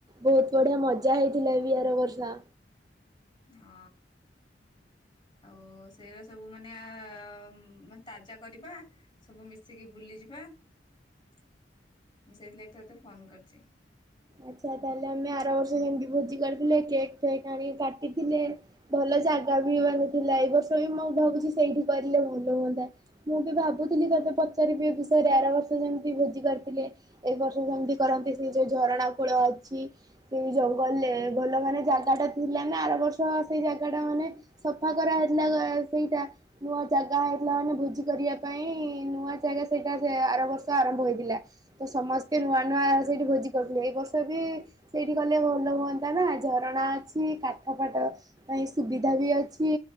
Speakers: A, on the right; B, on the left.
A: ବହୁତ ବଢ଼ିଆ ମଜା ହେଇଥିଲା ବି ଆର ବର୍ଷ।
B: ହଁ ଆଉ ସେଇର ସବୁ ମାନେ ତାଜା କରିବା ସବୁ ମିଶିକି ବୁଲିଯିବା ମୁଁ ସେଇଥିଲାଗି ତତେ ଫୋନ କରିଛି।
A: ଆଚ୍ଛା ତାହେଲେ ଆମେ ଆର ବର୍ଷ ଯେମିତି ଭୋଜି କରିଥିଲେ କେକ୍ ଫେକ୍ ଆଣିକି କାଟିଥିଲେ ଭଲ ଜାଗା ବି ମାନେ ଥିଲା ଏ ବର୍ଷ ବି ମୁଁ ଭାବୁଛି ସେଇଠି କରିଲେ ଭଲ ହୁଅନ୍ତା ମୁଁ ବି ଭାବୁଥିଲି ତତେ ପଚାରିବି ଏ ବିଷୟରେ ଆର ବର୍ଷ ଯେମତି ଭୋଜି କରିଥିଲେ ଏ ବର୍ଷ ସେମିତି କରନ୍ତି ସେ ଯୋଉ ଝରଣା କୂଳ ଅଛି ସେଇ ଜଙ୍ଗଲରେ ଭଲ ମାନେ ଜାଗା ଟା ଥିଲା ନା ଆର ବର୍ଷ ସେଇ ଜାଗା ଟା ମାନେ ସଫା କରାହେଇଥିଲା ସେଇଟା ନୂଆ ଜାଗା ହେଇଥିଲା ମାନେ ଭୋଜି କରିବା ପାଇଁ ନୂଆ ଜାଗା ସେଇଟା ସେ ଆର ବର୍ଷ ଆରମ୍ଭ ହୋଇଥିଲା ତ ସମସ୍ତେ ନୂଆ ନୂଆ ସେଇଠି ଭୋଜି କରୁଥିଲେ ଏଇ ବର୍ଷ ଏଥର ବି ସେଇଠି କଲେ ଭଲ ହୁଅନ୍ତା ନା ଝରଣା ଅଛି କାଠ ଫାଠ ଏ ପାଇଁ ସୁବିଧା ବି ଅଛି